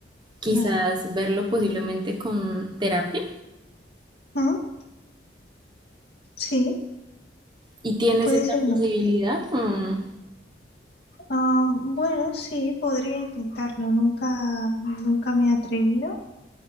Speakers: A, on the left; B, on the right.
A: claro.
B: quizás verlo posiblemente con terapia.
A: Mm, Sí,
B: ¿Y tienes
A: puede
B: esa
A: ser una
B: posibilidad?
A: buena idea.
B: Mm,
A: Ah, bueno, sí, podría intentarlo. Nunca, nunca me he atrevido,